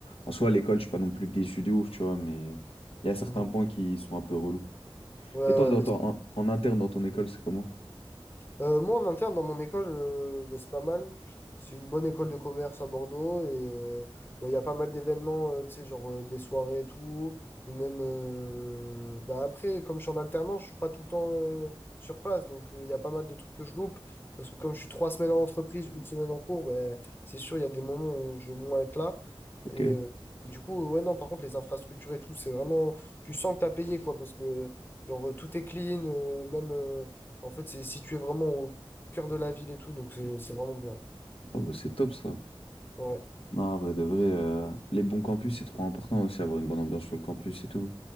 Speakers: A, on the left (about 75°); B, on the left (about 20°).
A: En soi, à l'école, je suis pas non plus déçu de ouf, tu vois, mais il y a certains
B: Mhm.
A: points qui sont un peu relous.
B: Ouais, ouais,
A: Et toi, dans
B: bah,
A: ton- en, en interne, dans ton école, c'est comment?
B: Euh, moi, en interne, dans mon école, euh, bah, c'est pas mal. C'est une bonne école de commerce à Bordeaux et euh, bah, il y a pas mal d'événements, euh, tu sais, genre euh, des soirées et tout. Ou même, euh, bah, après, comme je suis en alternance, je suis pas tout le temps euh, sur place. Donc, euh, il y a pas mal de trucs que je loupe. Parce que comme je suis trois semaines en entreprise, une semaine en cours, bah, c'est sûr, il y a des moments où je vais moins être là.
A: Ok.
B: Et, euh, et du coup, ouais, non, par contre, les infrastructures et tout, c'est vraiment, tu sens que t'as payé, quoi, parce que genre, euh, tout est clean, euh, même. euh, en fait, c'est situé vraiment au cœur de la ville et tout, donc c'est c'est vraiment bien.
A: Oh, bah, c'est top, ça.
B: Ouais.
A: Non, en vrai de vrai, euh, les bons campus, c'est trop important aussi, avoir une bonne ambiance sur le campus et tout.